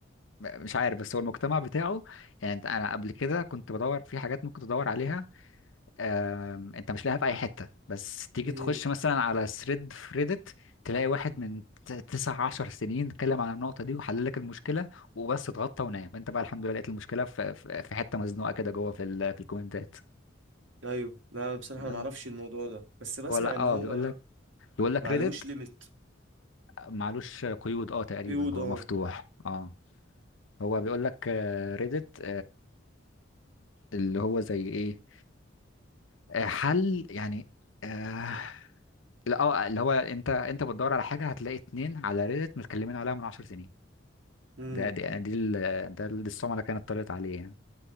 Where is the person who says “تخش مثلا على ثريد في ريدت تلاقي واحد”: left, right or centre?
Left